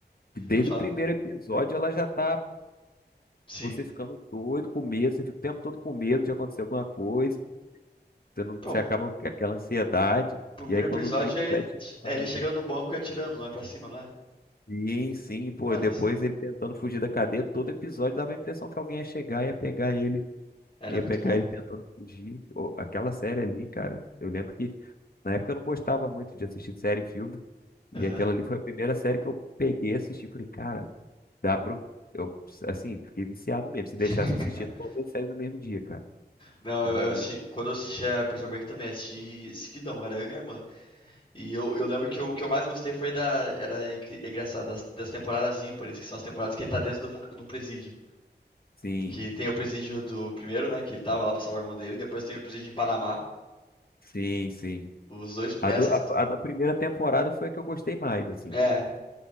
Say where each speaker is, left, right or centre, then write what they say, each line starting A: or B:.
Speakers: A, on the left; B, on the left.
A: que desde
B: Pode falar?
A: o primeiro episódio ela já tá
B: Sim.
A: Você ficando doido, com medo, você fica o tempo todo com medo de acontecer alguma coisa, você, não,
B: Pô,
A: você
B: o
A: acaba com aquela ansiedade,
B: primeiro
A: e aí
B: episódio
A: quando o Breaking
B: é ele,
A: Bad chega
B: é
A: devagarzinho-
B: ele chegando no banco e atirando, não é pra cima, não é?
A: Sim, sim, pô,
B: Mano,
A: depois ele tentando fugir da cadeia, todo episódio dava a impressão que alguém ia chegar e ia pegar ele,
B: era
A: ia
B: muito
A: pegar
B: bom.
A: ele tentando fugir. Ô, Aquela série ali, cara, eu lembro que na época eu não gostava muito de assistir série e filme, e
B: Aham.
A: aquela ali foi a primeira série que eu peguei e assisti, falei, cara, dá pra eu, eu, assim, fiquei viciado mesmo, se deixasse
B: <laughs>
A: eu assistir toda a série no mesmo dia, cara.
B: não,
A: Era
B: eu,
A: muito.
B: eu assisti. Quando eu assisti a Prison Break também, assisti seguidão, era eu e minha irmã. E eu, eu lembro que o que eu mais gostei foi da. Era incri- engraçado, das, das temporadas ímpares, que são as temporadas que ele tá dentro de um, de um presídio.
A: Sim,
B: Que tem o presídio do primeiro, né? Que ele tava lá pra salvar o irmão dele, e depois tem o presídio em Panamá.
A: sim, sim.
B: Os dois.
A: A,
B: Essas.
A: do- a, a da primeira temporada foi a que eu gostei mais, assim.
B: É.